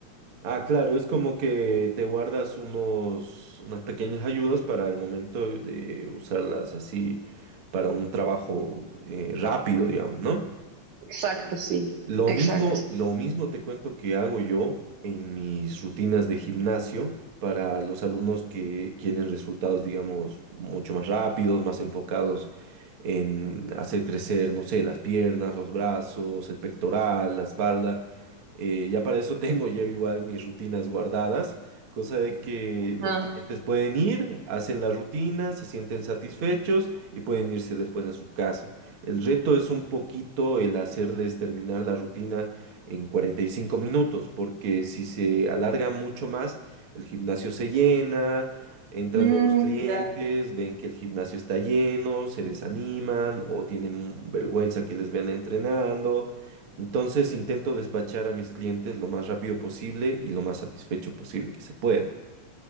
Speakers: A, on the right (about 50°); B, on the right (about 85°).
A: Ah, claro, es como que te guardas unos, unas pequeñas ayudas para el momento de usarlas así para un trabajo eh, rápido, digamos, ¿no?
B: Exacto, sí,
A: Lo
B: exacto.
A: mismo, lo mismo te cuento que hago yo en mis rutinas de gimnasio para los alumnos que quieren resultados, digamos, mucho más rápidos, más enfocados en hacer crecer, no sé, las piernas, los brazos, el pectoral, la espalda. Eh, ya para eso <laughs> tengo yo igual mis rutinas guardadas, cosa de que
B: Ajá.
A: los clientes pueden ir, hacen la rutina, se sienten satisfechos y pueden irse después a su casa. El reto es un poquito el hacerles terminar la rutina en 45 minutos, porque si se alarga mucho más, el gimnasio se llena, entran
B: Mm,
A: nuevos clientes,
B: claro.
A: ven que el gimnasio está lleno, se desaniman o tienen vergüenza que les vean entrenando. Entonces intento despachar a mis clientes lo más rápido posible y lo más satisfecho posible que se pueda.